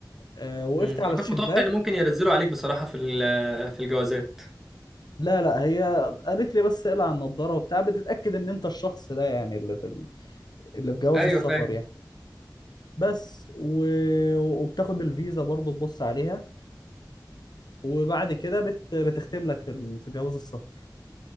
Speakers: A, on the left (about 60°); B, in the centre.
A: آه، وقفت
B: مم.
A: على
B: انا كنت
A: الشباك
B: متوقع ان ممكن ينزلوا عليك بصراحه في ال... في الجوازات
A: لا لا هي قالت لي بس اقلع النضاره وبتاع بتتاكد ان انت الشخص ده يعني اللي في ال- اللي في جواز
B: ايوه
A: السفر
B: فاهم
A: يعني بس و... وبتاخد الفيزا برضه تبص عليها وبعد كده بت... بتختم لك في ال... في جواز السفر